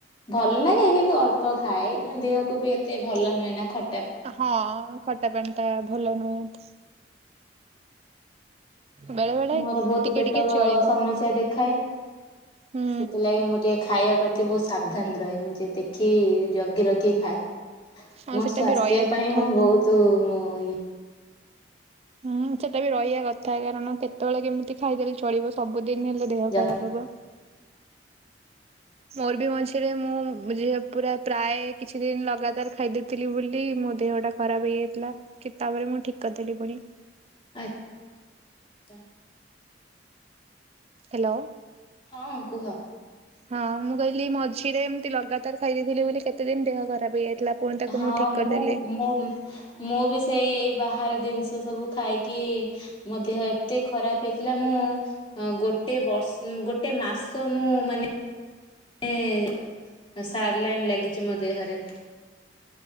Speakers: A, on the left; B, on the right.
A: ଭଲ ଲାଗେ କିନ୍ତୁ ଅଳ୍ପ ଖାଏ ଦେହକୁ ବି ଏତେ ଭଲ ନୁହେଁ ନା ଖ
B: ହଁ ଖଟା ପଣି ଟା ଭଲ ନୁହେଁ। ବେଳେ ବେଳେ
A: ମୋର ବହୁତ
B: ଟିକେ
A: ପେଟ
B: ଟିକେ ଚଳିବ।
A: ସମସ୍ୟା ଦେଖାଏ।
B: ହୁଁ
A: ସେଥିଲାଗି ମୁଁ ଟିକେ ଖାଇବା ଏତେ ବହୁତ ସାବଧାନ ରହେ ମୁଁ ଟିକେ ଦେଖି ଜଗି ରଖି ଖାଏ।
B: ଆଉ
A: ମୋ
B: ସେଟା
A: ସ୍ଵାସ୍ଥ୍ୟ
B: ବି ରହିବା କଥା।
A: ପାଇଁ ମୁଁ ବହୁତ ମୁଁ ଇଏ
B: ହୁଁ ସେଟା ବି ରହିବା କଥା କାରଣ କେତେବେଳେ କେମିତି ଖାଇଦେଲେ ଚଳିବ ସବୁଦିନ ହେଲେ ଦେହ
A: ଯ
B: ଖରାପ ହବ। ମୋରବି ମଝିରେ ମୁଁ ଯି ପୁରା ପ୍ରାୟ କିଛି ଦିନ ଲଗାତାର ଖାଇଦେ ଥିଲି ବୋଲି ମୋ ଦେହଟା ଖରାପ ହେଇଯାଇଥିଲା କି ତାପରେ ମୁଁ ଠିକ୍ କରିଦେଲି ପୁଣି।
A: ଆଚ୍ଛା।
B: ହ୍ୟାଲୋ।
A: ହଁ, କୁହ।
B: ହଁ ମୁଁ କହିଲି ମଝିରେ ଏମିତି ଲଗାତାର ଖାଇ ଦେଇଥିଲି ବୋଲି କେତେ ଦିନ ଦେହ ଖରାପ ହେଇଯାଇଥିଲା। ପୁଣି ତାକୁ
A: ହଁ
B: ମୁଁ ଠିକ୍ କରିଦେଲି।
A: ମୁଁ ମୁଁ ବି ସେଇ ଏଇ ବାହାରେ ଜିନିଷ ସବୁ ଖାଇକି ମୋ ଦେହ ଏତେ ଖରାପ ହେଇଥିଲା ମୁଁ ହଁ ଗୋଟେ ବର୍ଷ ଗୋଟେ ମାସ ମୁଁ ମାନେ ନେ ସାଲାଇନ୍ ଲାଗିଛି ମୋ ଦେହରେ।